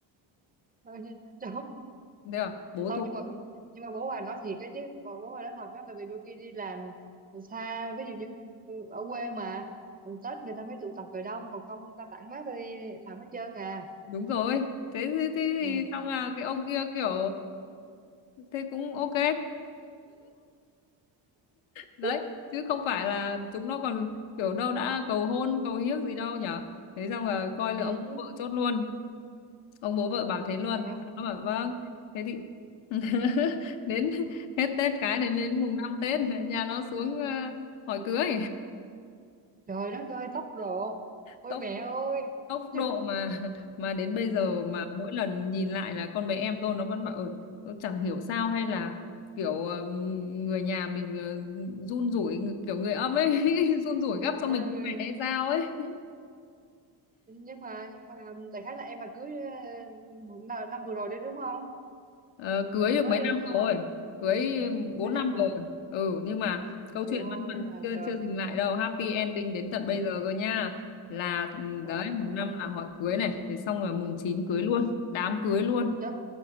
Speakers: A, on the right; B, on the left.
A: Thôi nhưng- Trời, không
B: thế à bố
A: không,
B: tôi
A: nhưng mà nhưng mà bố bà nói thiệt cái chứ bố bố bà nói thật đó tại vì đôi khi đi làm xa ví dụ như ở quê mà Tết người ta mới tụ tập về đông còn không người ta tản mát đi làm hết trơn à
B: đúng rồi thế thì, thì,
A: ừ
B: thì xong là cái ông kia kiểu thế cũng ok đấy
A: <laughs>
B: chứ không phải là chúng nó còn kiểu đâu đã cầu hôn cầu hiếc gì đâu nhở thế xong là coi là
A: ừ
B: ông bố vợ chốt luôn ông bố vợ bảo thế luôn
A: trời ơi
B: thế xong nó bảo vâng thế thì <laughs> đến hết Tết cái này đến mùng 5 Tết nhà nó xuống ờ, hỏi cưới
A: trời đất ơi tóc độ ôi
B: tốc
A: mẹ ơi
B: tốc
A: Chứ-
B: độ mà <laughs> mà đến bây giờ mà mỗi lần nhìn lại là con bé em tôi nó vẫn bảo ừ, tôi chẳng hiểu sao hay là kiểu ờ, người nhà mình ờ, run rủi người- kiểu người âm ấy <laughs> run rủi gấp cho
A: Ừ.
B: mình như này hay sao ấy
A: nhưng mà nhưng mà đại khái là em mà cưới ờ, năm năm vừa rồi đấy đúng không
B: Ờ, cưới được
A: mới
B: mấy
A: đây
B: năm
A: đúng không
B: rồi cưới 4
A: mấy năm
B: năm
A: là
B: rồi ừ nhưng mà câu
A: trời
B: chuyện
A: ơi
B: vẫn vẫn
A: là
B: chưa
A: trời
B: chưa dừng lại đâu happy ending đến tận
A: ừ.
B: bây giờ cơ nha là ừ,
A: trời
B: đấy
A: ơi,
B: mùng
A: đã
B: năm
A: vậy
B: là hỏi cưới này thế xong là mùng 9 cưới
A: ừ.
B: luôn đám cưới luôn
A: trời